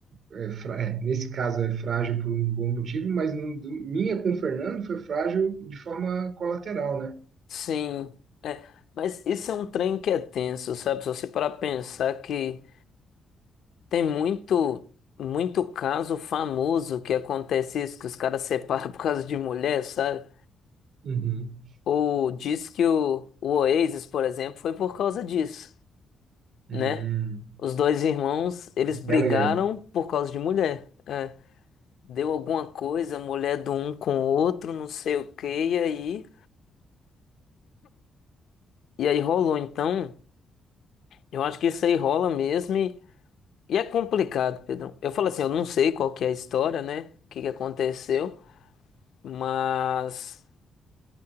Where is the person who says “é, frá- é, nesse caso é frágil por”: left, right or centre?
Right